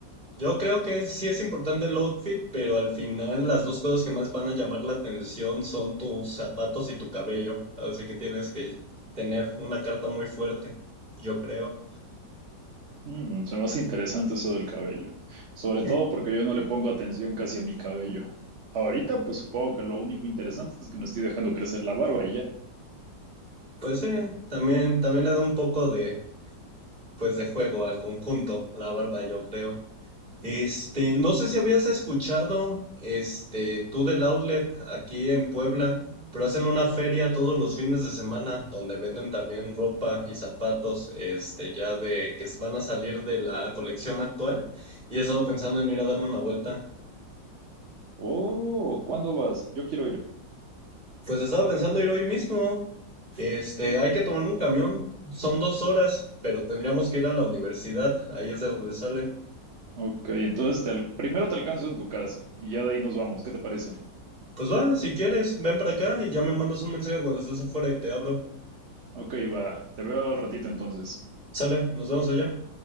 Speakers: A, on the right (about 30°); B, on the right (about 50°).
A: Yo creo que sí es importante el outfit, pero al final las dos cosas que más van a llamar la atención son tus zapatos y tu cabello. Así que tienes que tener una carta muy fuerte, yo creo.
B: Mm, se me hace interesante eso del cabello, sobre
A: <laughs>
B: todo porque yo no le pongo atención casi a mi cabello. Ahorita, pues supongo que lo único interesante es que me estoy dejando crecer la barba y ya.
A: Pues sí, también, también le da un poco de, pues de juego al conjunto, la verdad, yo creo. Este, no sé si habías escuchado, este, tú del outlet aquí en Puebla, pero hacen una feria todos los fines de semana donde venden también ropa y zapatos, este, ya de que van a salir de la colección actual y he estado pensando en ir a darme una vuelta.
B: Oh, ¿cuándo vas? Yo quiero ir.
A: Pues estaba pensando ir hoy mismo. Este, hay que tomar un camión, son dos horas, pero tendríamos que ir a la universidad, ahí es de donde sale.
B: Ok, entonces te al- primero te alcanzo en tu casa y ya de ahí nos vamos. ¿Qué te parece?
A: Pues va, si quieres, ven para acá y ya me mandas un mensaje cuando estés afuera y te abro.
B: Ok, va. Te veo al ratito entonces.
A: Sale, nos vemos allá.